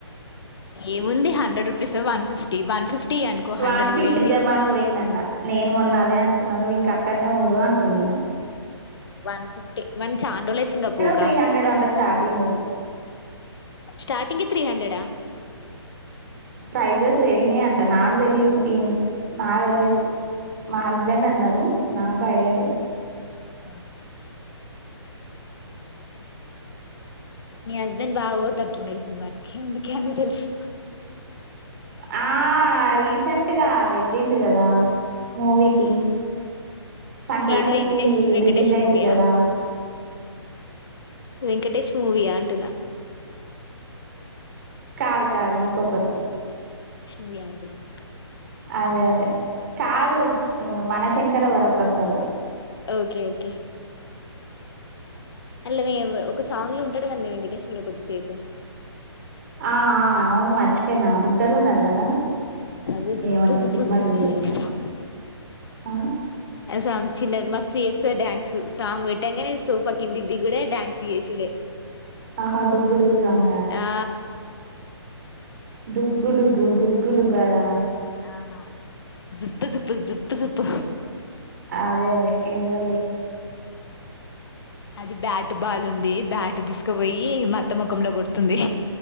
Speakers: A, on the left; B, on the right.
A: ఏముంది hundred rupees one fifty one fifty అనుకో హండ్రెడ్
B: వన్ ఫిఫ్టీ
A: పోయింది
B: జమానా పోయిందంట నేను మొన్న దే అనుకు కున్నా నువ్వు ఇంక అక్కడనే ఉండు అంటుడు ఇనా
A: వన్ ఫిఫ్టీ వన్ చానా రోజులు అవుతుందో పోగా
B: త్రీ హండ్రెడో అంట స్టార్టింగ్
A: స్టార్టింగ్ ఏ త్రీ హండ్రెడా
B: ప్రైజెస్ పెరిగినాయి అంట నాకు తెలిదు ఈ నా తెలియదు మా హస్బెండ్ అన్నారు నాకు ఐడియా లేదు
A: ఆ మీ హస్బెండ్ బాగా పోతట్టున్నాడు సినిమాకి అందుకే అన్న తెలుసు
B: ఆ రీసెంట్గా అది వెళ్ళింది కదా మూవీకి సంక్రాంతికి
A: ఏది వెంకటేష్ వెంకటేష్
B: రిలీజ్ అయింది
A: మూవీయా
B: కదా
A: వెంకటేష్ మూవయా అంటున్నా
B: కాదు కాదు ఇంకొకటి
A: మియా అంటున్న
B: అదే అదే కాదు మనశంకర వరప్రసాద్
A: ఓకే ఓకే అల మే ఒక సాంగ్ లో ఉంటాడు కద వెంకటేశ్వరి కొద్దిసేపు
B: ఆ అవును మర్చిపోయినా ఇద్దరు ఉన్నారు కదా
A: అదే జూప్పు
B: ఏమో నేను
A: జూప్పు
B: సినిమా
A: జుప్పు
B: చూడలే ఇంకా
A: సాంగ్
B: ఆ?
A: ఆ సాంగ్ చిన్నది మస్ చేస్తా డ్యాన్స్ సాంగ్ పెట్టంగా సోఫా కిందికి దిగుడే డా్యాన్స్ చేసుడే
B: ఆహా డుగు డుగు సాంగ
A: ఆ
B: డుగ్గు డుగ్గు డుగ్గు అదా
A: ఆ జూప్పు జూప్పు జజూప్పు జూప్పు
B: అదే అదే ఏదోలే
A: అది బ్యాట్ బాల్ ఉంది బ్యాట్ తీసుకుపోయి మ అత్త ముఖంలో కొడుతుంది